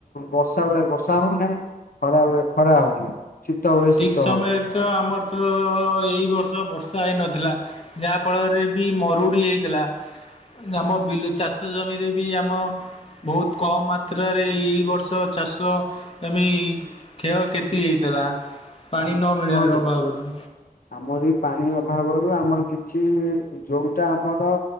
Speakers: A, on the left; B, on the left.
A: ବର୍ଷା ବଳେ ବର୍ଷା ହଉନାହିଁ। ଖରାବେଳେ ଖରା ହଉନି। ଶୀତ ବେଳେ
B: ଠିକ୍
A: ଶୀତ
B: ସମୟରେ
A: ହଉନି
B: ତ ଆମର ତ ଏଇ ବର୍ଷ ବର୍ଷା ହେଇନଥିଲା। ଯାହା ଫଳରେ ବି ମରୁଡି ହେଇଥିଲା। ଆମ ବିଲ ଚାଷ ଜମିରେ ବି ଆମ ବହୁତ କମ୍ ମାତ୍ରାରେ ଏଇ ବର୍ଷ ଚାଷ ଏମି କ୍ଷୟ କ୍ଷତି ହେଇଥିଲା ପାଣି
A: ଆମ
B: ନ ମିଳିବାରୁ
A: ଶୁଣନ୍ତୁ
B: ଅଭାବରୁ।
A: ଆମର ଏଇ ପାଣି ଅଭାବରୁ ଆମର କିଛି ଯୋଉଟା ଆମର